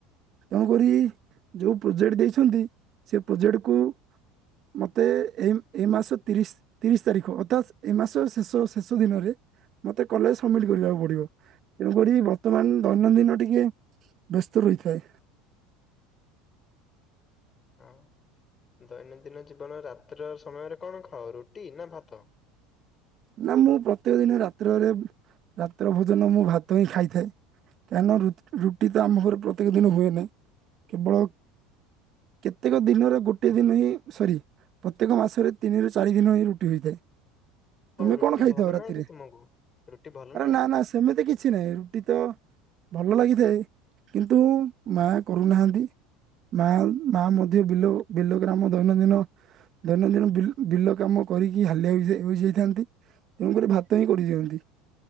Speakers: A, on the right; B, on the left.
A: ତେଣୁକରି ଯେଉଁ ପ୍ରୋଜେକ୍ଟ ଦେଇଛନ୍ତି ସେ ପ୍ରୋଜେକ୍ଟକୁ ମୋତେ ଏଇ ଏଇ ମାସ ତିରିଶି ତିରିଶି ତାରିଖ ଅର୍ଥାତ୍ ଏ ମାସ ଶେଷ ଶେଷ ଦିନରେ ମତେ କଲେଜ୍ ସମିଟ୍ କରିବାକୁ ପଡ଼ିବ। ତେଣୁକରି ବର୍ତ୍ତମାନ ଦୈନଦିନ ଟିକେ ବ୍ୟସ୍ତ ରହିଥାଏ।
B: ଆଉ ଦୈନନ୍ଦିନ ଜୀବନର ରାତ୍ର ସମୟରେ କଣ ଖାଅ ରୁଟି ନା ଭାତ?
A: ନା ମୁଁ ପ୍ରତ୍ୟେକ ଦିନ ରାତ୍ରରେ ରାତ୍ର ଭୋଜନ ମୁଁ ଭାତହିଁ ଖାଇଥାଏ କାହିଁକନ ରୁ ରୁଟିତ ଆମ ଘରେ ପ୍ରତ୍ୟେକ ଦିନ ହୁଏନା କେବଳ କେତେକ ଦିନର ଗୋଟେ ଦିନହିଁ ସରି ପ୍ରତ୍ୟେକ ମାସରେ ତିନିରୁ ଚାରି ଦିନହି ରୁଟି ହୋଇଥାଏ। ତୁମେ
B: ରୁଟି
A: କଣ ଖାଇଥାଅ
B: ଭଲ
A: ରାତିରେ
B: ନାହିଁ କି ତୁମକୁ ରୁଟି ଭଲ
A: ଆରେ ନା ନା ସେମିତି କି କିଛି ନାହିଁ ରୁଟିତ ଭଲ ଲାଗିଥାଏ କିନ୍ତୁ ମା କରୁନାହାନ୍ତି। ମା ମା ମଧ୍ୟ ବିଲୁ ବିଲୁ ଗ୍ରାମ ଦୈନନ୍ଦିନ ଦୈନନ୍ଦିନ ବିଲ ବିଲ କାମକରିକି ହାଲିଆ ହୋ ହୋଇଯାଇଥାନ୍ତି। ତେଣୁକରି ଭାତହିଁ କରିଦିଅନ୍ତି